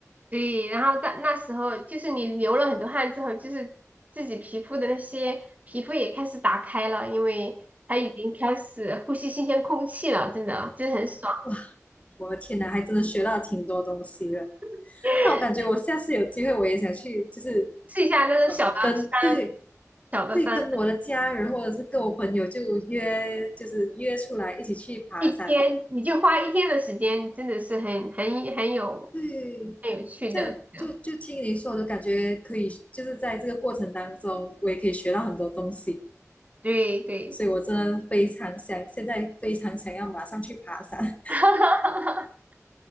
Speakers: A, on the right; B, on the left.
A: 对，然后到那时候就是你流了很多汗之后，就是自己皮肤的那些皮肤也开始打开了，因为它已经开始呼吸新鲜空气了，真的真是很爽。
B: 哇，我的天哪，还真的学到挺多东西的。
A: <laughs>
B: 那我感觉我下次有机会，我也想去，就是
A: 试一下那种小的山，
B: 呃，跟对
A: 小的山，
B: 对，跟我的家人或者是跟我朋友就约，就是约出来一起去爬山。
A: 一天你就花一天的时间，真的是很很很有
B: 对，
A: 很有趣的，
B: 这样就就听你说，
A: 这样
B: 我就感觉可以，就是在这个过程当中，我也可以学到很多东西。
A: 对对，
B: 所以我真的非常想，现在非常想要马上去爬山。
A: <laughs>